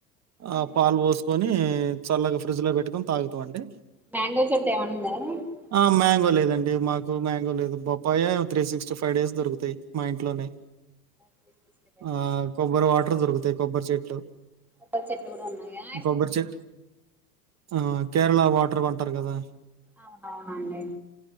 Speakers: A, on the right (about 30°); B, in the centre.
A: ఆ
B: మ్మ్.
A: పాలు పోసుకొని చల్లగా ఫ్రిడ్జ్ లో పెట్టుకొని తాగుతాం అండి.
B: మ్యాంగో చెట్టు ఏమన్నా ఉందా
A: ఆ మ్యాంగోలేదు దండి మాకు మ్యాంగో లేదు బొప్పాయ three sixty five days దొరుకుతయి మా ఇంట్లోనే.
B: త్రీ సిక్స్టీ ఫైవ్ డేస్
A: ఆ కొబ్బరి వాటర్ దొరుకుతాయి కొబ్బరి చెట్లు
B: కొబ్బరి చెట్లు కూడా ఉన్నాయా
A: కొబ్బరి చెట్ ఆ కేరళ వాటర్ అంటారు కదా
B: అవునవునండి